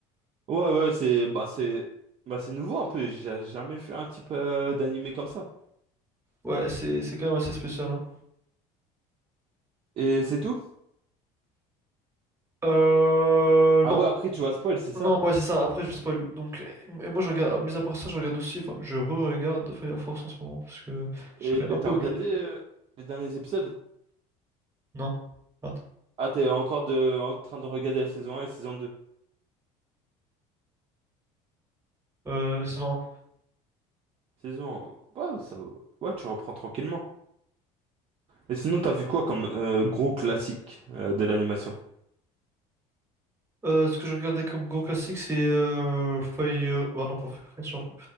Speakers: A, on the right; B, on the right.
A: Ouais, ouais, c'est bah c'est bah c'est nouveau un peu. J'ai jamais vu un type euh, d'animé comme ça.
B: Ouais, c'est c'est quand même assez spécial, hein.
A: Et c'est tout?
B: Euh,
A: Ah
B: non.
A: ouais, après tu vas spoil, c'est ça.
B: Non, ouais, c'est ça. Après, je vais spoil. Donc, et moi, je regarde, mis à part ça, je regarde aussi, enfin, je re-regarde Fire Force en ce moment, parce que j'avais
A: Et
B: un peu
A: t'as
B: oublié
A: regardé
B: de
A: euh,
B: le
A: les derniers épisodes?
B: Non. Attends.
A: Ah, t'es encore de... en train de regarder la saison un, et la saison deux,
B: Euh, saison 1.
A: Saison... Ouais, ça... ouais, tu reprends tranquillement. Et sinon, t'as vu quoi comme euh, gros classique euh, de l'animation?
B: Euh, ce que je regardais comme gros classique, c'est euh, Fire... Bah non, pas Fire Force, je m'en fous.